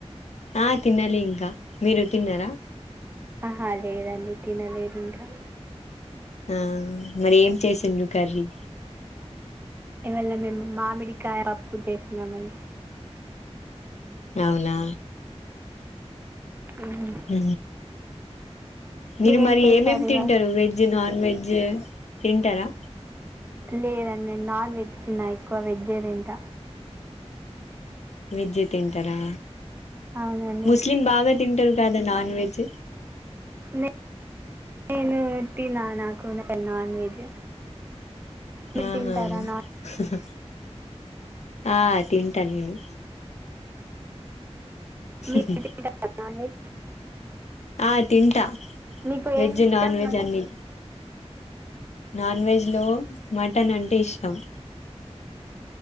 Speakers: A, on the left (about 80°); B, on the right (about 20°).
A: ఆ తినాలి ఇంకా మీరు తిన్నారా
B: ఆహా లేదండి తినలేదు ఇంకా
A: ఆ మరి ఏం చేసింది కర్రీ
B: ఇవల్ల మేము మామిడికాయ అప్పు చేసినామం
A: అవునా
B: ఉమ్,
A: హ మీరు
B: మీరేం
A: మరి
B: చేశారు
A: ఏమేమి తింటారు
B: ఇవాళ
A: వెజ్ నాన్ వెజ్ తింటారా
B: లేదండి నాన్ వెజ్ తిన ఎక్కువ వెజ్ తింట
A: విజ్ తింటారా
B: అవునండి
A: ముస్లిం బాగా తింటారు కదా నన్ వెెజ్
B: నే- నేను తిన నాకు ఉన్న నాన్ వెజ్ మీరు
A: ఆహా
B: తింటారా నాన్
A: హ ఆ తింటా నేను స
B: మీరు తింటారా నాన్ వెజ్
A: ఆ తింటా
B: మీకు
A: వెజ్
B: ఏమి ఇష్టం
A: నాన్ వెజ్ అన్ని నాన్ వెజ్లో మ మటన్ అంటే ఇష్టం